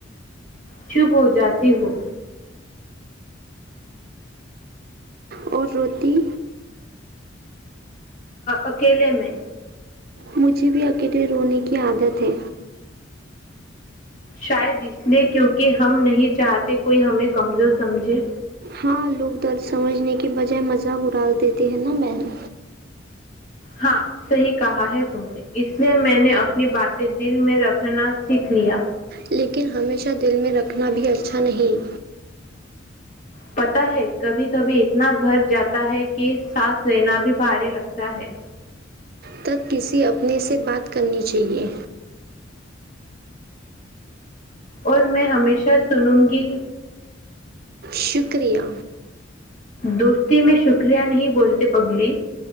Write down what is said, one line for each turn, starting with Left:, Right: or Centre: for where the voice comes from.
Left: چب ہو جاتی ہو
Right: اور روٹی
Left: اکیلے میں
Right: مجھے بھی اکیلے رونے کی عادت ہے
Left: شاید اس لیے کیونکہ ہم نہیں چاہتے کوئی ہمیں کمزور سمجھے
Right: ہاں لوگ درد سمجھنے کے بجائے مذاق اڑا دیتے ہیں نا بہن
Left: ہاں صحیح کہا ہے تم نے اس لیے میں نے اپنی باتیں دل میں رکھنا سیکھ لیا
Right: لیکن ہمیشہ دل میں رکھنا بھی اچھا نہیں
Left: پتا ہے کبھی کبھی اتنا بھر جاتا ہے کہ سانس لینا بھی بھاری لگتا ہے
Right: تب کسی اپنے سے بات کرنی چاہیے
Left: اور میں ہمیشہ سنوں گی
Right: شکریہ
Left: دوستی میں شکریہ نہیں بولتے پگلی